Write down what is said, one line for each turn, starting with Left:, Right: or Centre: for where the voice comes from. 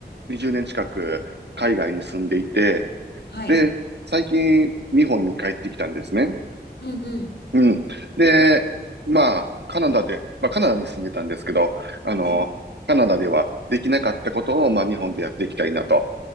Right: 20年近く海外に住んでいて、
Left: はい。
Right: で、最近日本に帰ってきたんですね。
Left: うんうん。
Right: うん。で、まあ、カナダで、まあ、カナダに住んでたんですけど、あのカナダではできなかったことを、
Left: はい。
Right: まあ、日本でやっていきたいなと。